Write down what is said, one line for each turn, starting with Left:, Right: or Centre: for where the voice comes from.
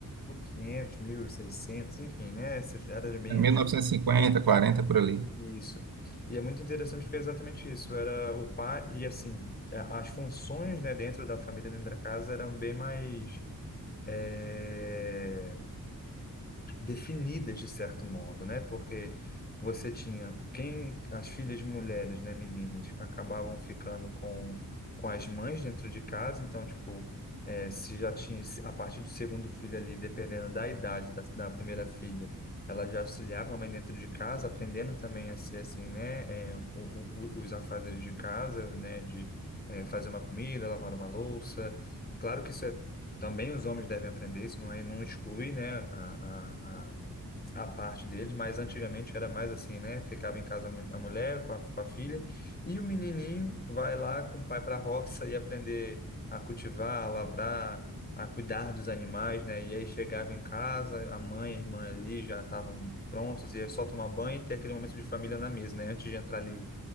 Left: 1900, 1500, seiscentos, enfim, né? Essas eras bem
Right: É mil
Left: antigas.
Right: novecentos e cinquenta, quarenta por ali.
Left: Isso. E é muito interessante porque é exatamente isso. Era o pai, e assim, a- as funções, né, dentro da família, dentro da casa, eram bem mais. é, definidas de certo modo, né? Porque você tinha quem as filhas mulheres, né, meninas, acabavam ficando com com as mães dentro de casa, então tipo eh, se já tinha se- a partir do segundo filho ali, dependendo da idade da, da primeira filha, ela já auxiliava a mãe dentro de casa, aprendendo também a ser assim, né, eh, o- o- o- os afazeres de casa, né, de eh, fazer uma comida, lavar uma louça. Claro que isso é também os homens devem aprender, isso não é, não exclui, né, a, a, a, a parte deles, mas antigamente era mais assim, né, ficava em casa a mu- a mulher com a, com a filha, e o menininho vai lá com o pai para a roça e aprender a cultivar, a lavrar, a cuidar dos animais, né, e aí chegava em casa, a mãe e a irmã ali já estavam prontos, e é só tomar banho e ter aquele momento de família na mesa, né, antes de entrar ali